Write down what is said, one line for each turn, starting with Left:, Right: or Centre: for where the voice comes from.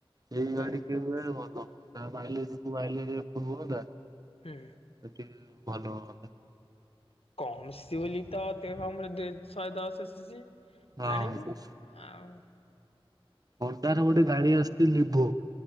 Right: ସେଇ
Left: ହୁଁ
Right: ଗାଡି ଭଲ ହୁଏ ତା ବାାଇଲ ଯୋଗୁ ବାାଇ ଯ ହୁଅନ୍ତା <inaudible>
Left: ହୁଁ
Right: ସେଠି ଭଲ ହୁଅନ୍ତା
Left: କମ୍ ସି ଓଲିତ ତହମର ଦୁଇ ସହେଦଶ ସିଶି
Right: ହଁ
Left: ଆଣିବୁ ଆଉ
Right: ଅଣ୍ଟାର ଗୋଟେ ଗାଡି ଆସିଛି ଲିଭୋ